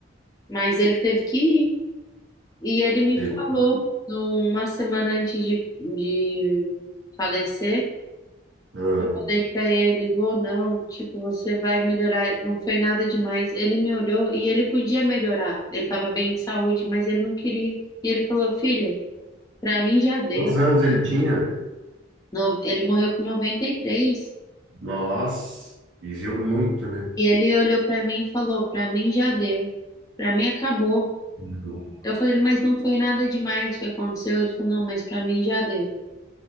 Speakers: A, on the left; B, on the right.
A: mas ele teve que ir. E ele me
B: Teve,
A: falou, numa semana antes de, de falecer,
B: ah,
A: Falei pra ele, vou não, tipo, você vai melhorar. Não foi nada demais. Ele me olhou e ele podia melhorar. Ele tava bem de saúde, mas ele não queria. E ele falou, filha, pra mim já deu.
B: quantos anos ele tinha?
A: No- Ele morreu com 93. E três.
B: Nossa, viveu muito, né?
A: E ele olhou pra mim e falou, pra mim já deu. Pra mim acabou.
B: Uhum.
A: Eu falei, mas não foi nada demais o que aconteceu. Ele falou, não, mas pra mim já deu.